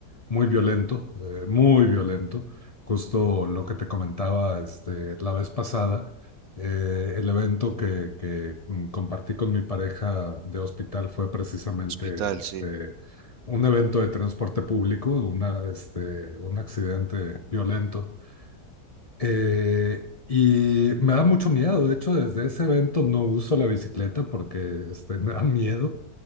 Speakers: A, on the left (about 35°); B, on the right (about 65°).
A: muy violento, eh, muy violento. Justo lo que te comentaba este, la vez pasada, eh, el evento que, que, mm, compartí con mi pareja de hospital fue precisamente
B: el hospital,
A: este,
B: sí.
A: un evento de transporte público, una, este, un accidente violento. Eh, y me da mucho miedo, de hecho, desde ese evento no uso la bicicleta porque este, me da miedo.